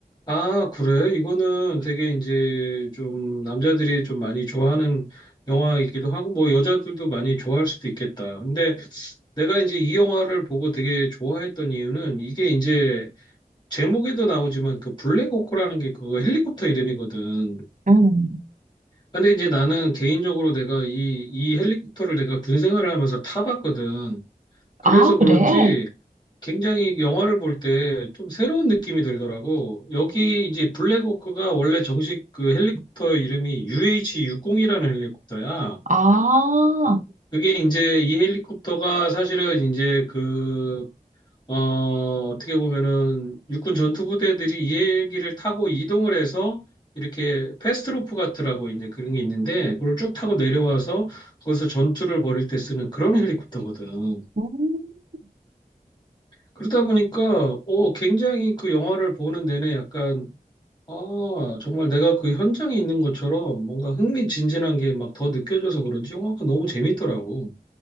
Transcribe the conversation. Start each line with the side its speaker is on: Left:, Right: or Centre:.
Left: 아, 그래? 이거는 되게 이제 좀 남자들이 좀 많이 좋아하는 영화이기도 하고, 뭐 여자들도 많이 좋아할 수도 있겠다. 근데 내가 이제 이 영화를 보고 되게 좋아했던 이유는 이게 이제 제목에도 나오지만 그 블랙호크라는 게 그거 헬리콥터 이름이거든.
Right: 음.
Left: 근데 이제 나는 개인적으로 내가 이, 이 헬리콥터를 내가 군 생활을 하면서 타봤거든. 그래서
Right: 아,
Left: 그런지
Right: 그래?
Left: 굉장히 영화를 볼 때 좀 새로운 느낌이 들더라고. 여기 이제 블랙호크가 원래 정식 그 헬리콥터 이름이 UH-60이라는 헬리콥터야.
Right: 아,
Left: 그게 이제 이 헬리콥터가 사실은 이제 그, 어, 어떻게 보면은 육군 전투부대들이 이 헬기를 타고 이동을 해서 이렇게 패스트로프 같으라고 이제 그런 게 있는데 그걸 쭉 타고 내려와서 거기서 전투를 벌일 때 쓰는 그런 헬리콥터거든.
Right: 음,
Left: 그러다 보니까 어 굉장히 그 영화를 보는 내내 약간 아 정말 내가 그 현장에 있는 것처럼 뭔가 흥미진진한 게 막 더 느껴져서 그런지 영화가 너무 재밌더라고.